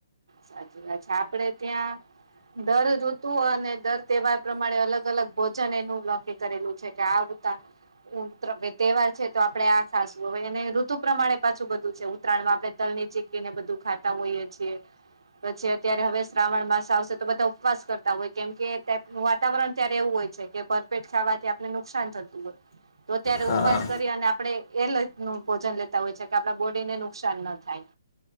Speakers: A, on the right (about 85°); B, on the left (about 50°).
A: સાચી વાત છે. આપડે ત્યાં દર ઋતુ અને દર તહેવાર પ્રમાણે અલગ અલગ ભોજન એનું નક્કી કરેલું છે કે આવુંતા ઉન તહેવાર છે તો આપડે આ ખાસ તો અને ઋતુ પ્રમાણે પાછું બધું છે ઉતરાયણમાં આપડે તલ ની ચીકી ને બધું ખાતા હોઈએ છીએ પછી અત્યારે હવે શ્રાવણ માસ આવશે તો બધા ઉપવાસ કરતા હોય કેમ કે વાતાવરણ ત્યારે એવું હોય છે કે પર પેટ ખાવાથી આપને નુકસાન થતું હોય તો ત્યારે
B: હા હમ હા
A: ઉપવાસ કરી અને આ આપડે એ નું ભોજન લેતા હોય છે કે આપડા બોડી ને નુકસાન ન થાય.